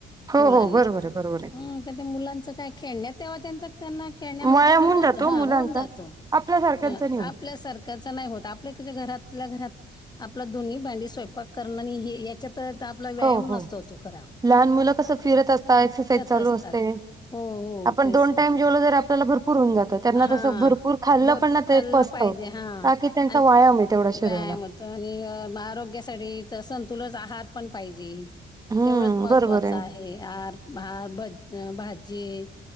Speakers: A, on the right (about 20°); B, on the left (about 20°).
A: हो
B: मुलांना
A: हो बरोबर आहे बरोबर आहे
B: हम् तर त्या मुलांच काय खेळण्यात तेव्हा त्यांच त्यांना खेळण्यामध्ये
A: वाया
B: त्यांच
A: होऊन
B: होत
A: जातो
B: ह
A: मुलांचा
B: होऊन जात आपल्या
A: आपल्यासारख्यांचा
B: सारखं
A: नाही होत
B: आपल्या सारख्या च नाही होत घरातल्या घरात आपली धुनी भांडी स्वयपाक करन आणि याच्यात तर आपला व्यायाम
A: हो हो
B: नसतो तो खरा.
A: लहान मुलं कसं फिरत असतात एक्सरसाइज चालू
B: असतात
A: असते.
B: हो हो
A: आपण
B: तेच
A: दोन टाईम
B: ना.
A: जेवलं जर आपल्याला भरपूर होऊन जातं त्यांना
B: हां.
A: तसं भरपूर खाल्लं
B: भरपूर
A: पण
B: खाल्लं
A: ते पचतं
B: पाहिजे हा
A: बाकी त्यांचा
B: आणि
A: व्यायाम आहे तेवढा शरीराला
B: व्यायाम आणि आरोग्यासाठी तर संतुलच आहार पण पाहिजे
A: हम्म
B: तेवढंच महत्त्वाच
A: बरोबर आहे
B: हे आर आर भाजी,